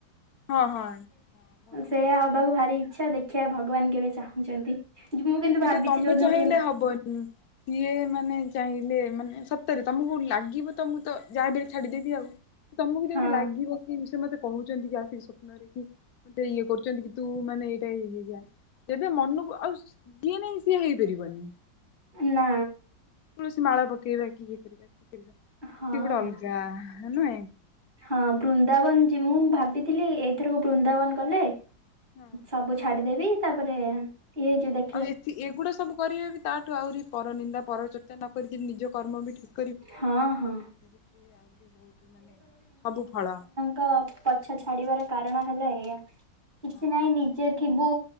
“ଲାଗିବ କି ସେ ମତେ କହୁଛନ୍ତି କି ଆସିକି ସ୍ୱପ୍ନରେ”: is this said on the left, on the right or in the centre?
Left